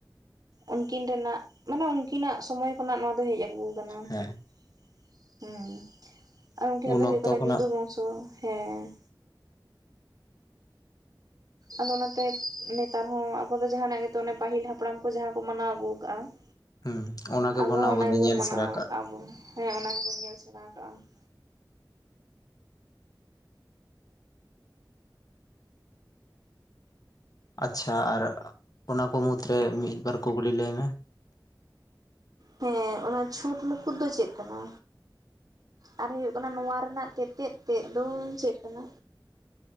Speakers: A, on the right; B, on the left.
A: ᱩᱱᱠᱤᱱ ᱨᱮᱱᱟᱜ ᱢᱟᱱᱮ ᱩᱱᱠᱤᱱᱟᱜ ᱥᱚᱢᱚᱭ ᱠᱷᱚᱱᱟᱜ ᱱᱚᱣᱟ ᱫᱚ ᱦᱮᱡ ᱟᱹᱜᱩ ᱠᱟᱱᱟ
B: ᱦᱮᱸ
A: ᱾ ᱦᱩᱸ ᱾ ᱟᱨ ᱩᱱᱠᱤᱱᱟᱜ
B: ᱩᱱ
A: ᱫᱚ ᱦᱩᱭᱩᱜ
B: ᱚᱠᱛᱚ
A: ᱠᱟᱱᱟ
B: ᱠᱷᱚᱱᱟᱜ
A: ᱡᱩᱫᱩ ᱵᱚᱝᱥᱚ, ᱦᱮᱸ ᱾ ᱟᱫᱚ ᱚᱱᱟ ᱛᱮ ᱱᱮᱛᱟᱨ ᱦᱚᱸ ᱟᱵᱚ ᱫᱚ ᱡᱟᱦᱟᱸᱱᱟᱜ ᱜᱮᱛᱚ ᱚᱱᱮ ᱯᱟᱹᱦᱤᱞ ᱦᱟᱯᱲᱟᱢ ᱠᱚ ᱡᱟᱦᱟᱸ ᱠᱚ ᱢᱟᱱᱟᱣ ᱟᱹᱜᱩ ᱟᱠᱟᱜᱼᱟ ᱾
B: ᱦᱩᱸ ᱚᱱᱟ ᱜᱮᱵᱚᱱ
A: ᱟᱵᱚ ᱦᱚᱸ ᱚᱱᱟ
B: ᱫᱚ
A: ᱜᱮᱵᱚᱱ
B: ᱧᱮᱞ
A: ᱢᱟᱱᱟᱣ,
B: ᱥᱮᱬᱟ ᱠᱟᱜ
A: ᱟᱵᱚ ᱦᱮᱸ ᱚᱱᱟ ᱜᱮᱵᱚᱱ ᱧᱮᱞ ᱥᱮᱬᱟ ᱠᱟᱜᱼᱟ ᱾
B: ᱟᱪᱪᱷᱟ, ᱟᱨ ᱚᱱᱟ ᱠᱚ ᱢᱩᱫᱽᱨᱮ ᱢᱤᱫ ᱵᱟᱨ ᱠᱩᱠᱞᱤ ᱞᱟᱹᱭ ᱢᱮ ᱾
A: ᱦᱮᱸ, ᱚᱱᱟ ᱪᱷᱩᱸᱴ ᱢᱩᱠᱩᱴ ᱫᱚ ᱪᱮᱫ ᱠᱟᱱᱟ? ᱟᱨ ᱦᱩᱭᱩᱜ ᱠᱟᱱᱟ ᱱᱚᱣᱟ ᱨᱮᱱᱟᱜ ᱛᱮᱛᱮᱫ ᱛᱮᱫ ᱫᱚ ᱪᱮᱫ ᱠᱟᱱᱟ?